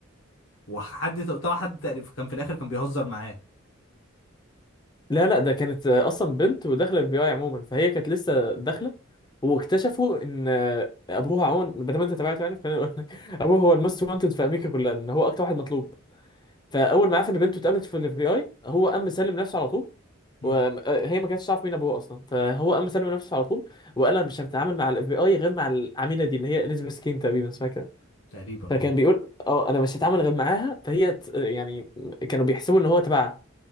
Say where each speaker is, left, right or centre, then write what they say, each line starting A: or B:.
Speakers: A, on the left (about 65°); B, on the left (about 20°).
A: وحد طلع حد تقريبا كان في الاخر كان بيهزر معاه
B: لا لا ده كانت آه، اصلا بنت وداخله اف بي اي عموما فهي كانت لسه داخله واكتشفوا ان آه، ابوها عموما بدل ما انت تابعته يعني فخليني اقول لك <laughs> ابوه هو الموست وانتد في امريكا كلها ان هو اكتر واحد مطلوب فاول ما عرف ان بنته اتقابلت في الاف بي اي هو قام مسلم نفسه على طول
A: امم
B: وهي ما كانتش تعرف مين ابوه اصلا فهو قام مسلم نفسه على طول وقال انا مش هتعامل مع الاف بي اي غير مع العميله دي اللي هي اليزابيث كين تقريبا اسمها كده
A: تقريبا
B: فكان
A: اه
B: بيقول اه انا مش هتعامل غير معاها فهي ت- يعني كانوا بيحسبوا ان هو تبعها